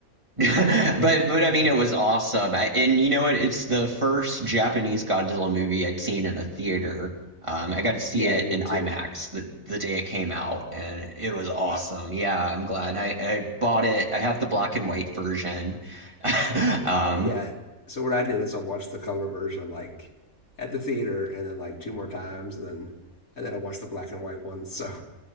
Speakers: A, on the right; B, on the left.
A: <laughs> but but I
B: Uh,
A: mean, it was awesome. I, and you know what? It's the first Japanese Godzilla movie I'd seen in a theater. Um, I got to
B: y-
A: see
B: yeah,
A: it
B: me
A: in
B: too.
A: IMAX the the day it came out, and it was awesome.
B: Wow.
A: Yeah, I'm glad I I bought it. I have the black and white version. <laughs> Um,
B: Yeah. So what I did is I watched the color version like at the theater, and then like two more times, and then and then I watched the black and white one. <laughs> So